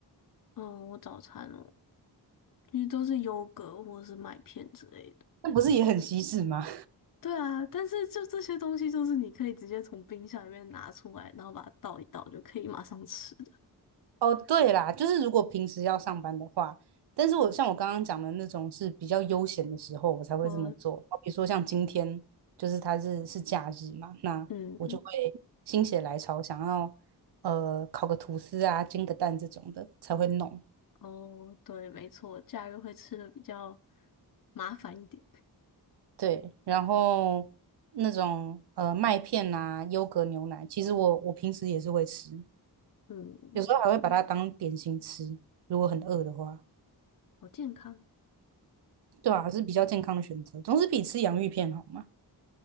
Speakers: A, on the left (about 55°); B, on the right (about 80°).
A: 嗯，我早餐哦，因为都是优格或者是麦片之类的。
B: 那不是也很西式吗？
A: 对啊，但是就这些东西，就是你可以直接从冰箱里面拿出来，然后把它倒一倒，就可以马上吃的
B: 哦，对啦，就是如果平时要上班的话，但是我像我刚刚讲的那种是比较悠闲的时候，我才会这么做。
A: 我
B: 比如说像今天，就是它是是假日嘛，那我就会
A: 嗯，
B: 心血来潮，想要呃烤个吐司啊、煎个蛋这种的才会弄。
A: 哦，对，没错，假日会吃的比较麻烦一点。
B: 对，然后那种呃麦片啊、优格牛奶，其实我我平时也是会吃，
A: 嗯，
B: 有时候还会把它当点心吃，如果很饿的话。
A: 好健康。
B: 对啊，是比较健康的选择，总是比吃洋芋片好嘛。